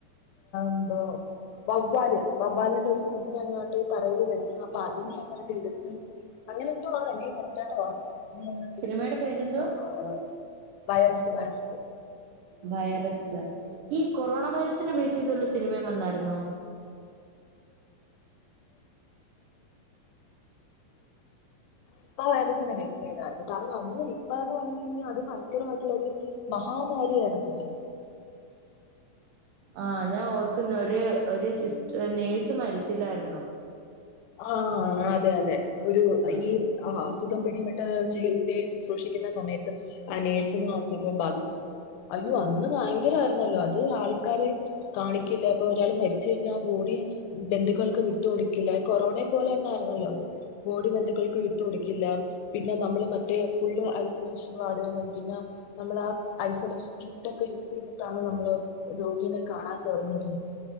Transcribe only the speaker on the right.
സിനിമയുടെ പേരെന്തുവാ
വൈറസ് ഈ കൊറോണ വൈറസിന് ബേസ്ചെയ്തോള്ള സിനിമയും വന്നായിര്ന്നോ
ആഹ് ഞാൻ ഓർ ഒക്കുന്നു ഒരു സിസ് നേഴ്സ് മരിച്ചില്ലായിരുന്നോ
ആഹ്
ആഹ്
ആഹ്